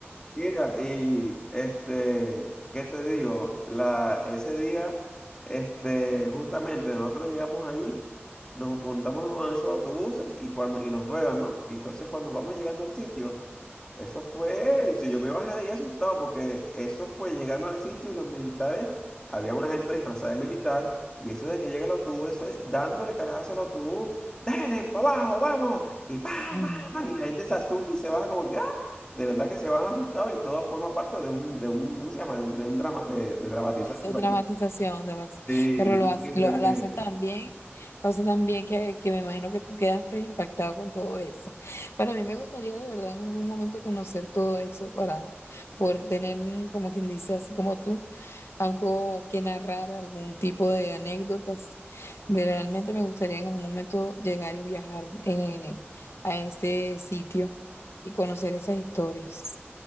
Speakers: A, on the left; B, on the left.
A: mira, y este, ¿qué te digo? La, ese día, este, justamente nosotros llegamos ahí. Nos montamos en uno de esos autobuses y cuando y nos ruedan, ¿no? Y entonces cuando vamos llegando al sitio, Eso fue, si yo me bajé de ahí asustado porque eso fue llegando al sitio y los militares, había una gente disfrazada de militar y eso de que llega el autobús, eso es dándole carajazo al autobús, dale, para abajo, vamos, y pam,
B: Ay,
A: pam,
B: no,
A: pam, y la gente se asusta y se baja como que, ¡ah! de verdad que se van asustados y todo forma parte de un, de un, ¿cómo se llama? De un, de un drama, de, de dramatizar
B: Esa
A: algo
B: dramatización,
A: allí.
B: dramatiz-
A: Sí,
B: pero lo,
A: no
B: ha-
A: fue
B: lo,
A: lo
B: lo
A: que
B: hacen
A: vi.
B: tan bien, lo hacen tan bien que, que me imagino que tú quedaste impactado con todo eso. Para mí me gustaría de verdad en algún momento conocer todo eso para poder tener, mm, como quien dice, así como tú, algo que narrar, algún tipo de anécdotas. De- realmente me gustaría en algún momento llegar y viajar eh, a ese sitio y conocer esas historias.